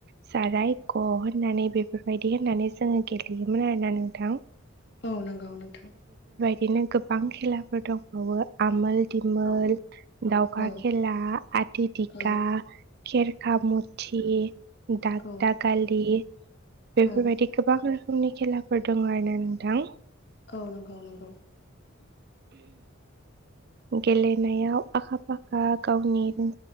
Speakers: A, on the right; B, on the left.
A: जाराय ग' होननानै बेफोरबायदि होननानै जोङो गेलेयोमोन आरोना नोंथां।
B: औ नंगौ नोंथां।
A: बिदिनो गोबां खेलाफोर दंबावो आमोल दिमोल
B: औ
A: दावखा
B: औ
A: खेला आदि दिगा
B: औ
A: खेरखा मु ए दाग
B: औ
A: दाखालि बेफोरबायदि
B: औ
A: गोबां नि खेलाफोर दं आरोना नोंथां।
B: औ नंगौ नंगौ।
A: गेलेनायाव आखा फाखा गावनि